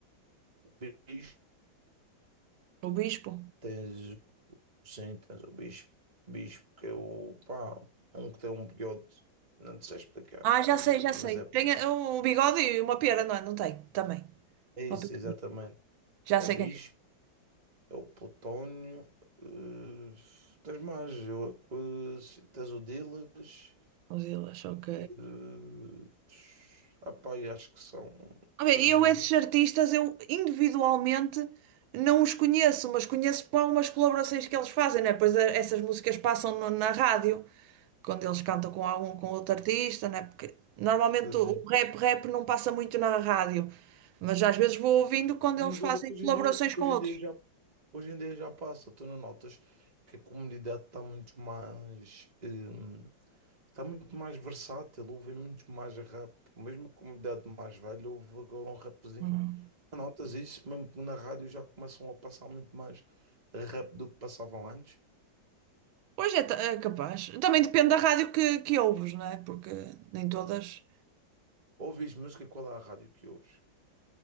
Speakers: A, on the right (about 25°); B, on the right (about 90°).
A: o Bispo,
B: O Bispo.
A: tens, o- sim, tens o Bispo. Bispo que é o, pá, um que tem um bigode, não te sei explicar,
B: Ah, já sei, já
A: mas
B: sei.
A: é
B: Tem eh, um um bigode e uma pera, não é? Não tem, também.
A: é isso,
B: Uma pera.
A: exatamente.
B: Já
A: É
B: sei
A: o Bispo.
B: quem é.
A: É o Plutónio. eh, tens mais. Eu, eh, tens o Dilas.
B: Os Ilhas, ok.
A: eh, ah, pá, e acho que são
B: Ah,
A: dos.
B: bem, Eu,
A: Beatles,
B: esses artistas, eu individualmente não os conheço, mas conheço para umas colaborações que eles fazem, né? Pois eh, essas músicas passam no- na rádio, quando eles cantam com algum, com outro artista, né? Porque normalmente
A: é.
B: o o rap, rap não passa muito na rádio, mas às vezes vou ouvindo quando
A: Mas
B: eles fazem
A: olha que hoje
B: colaborações
A: em dia,
B: com
A: hoje
B: outros.
A: em dia já, hoje em dia já passa. Tu não notas que a comunidade está muito mais. eh, Está muito mais versátil, ouvem muito mais rap. Mesmo a comunidade mais velha, ouve agora um rapzinho.
B: Hum.
A: Notas isso, mesmo que na rádio já começam a passar muito mais rápido do que passavam antes.
B: Pois é, ta- é capaz. Também depende da rádio que, que ouves, né? Porque nem todas.
A: Ouves música, qual é a rádio que ouves?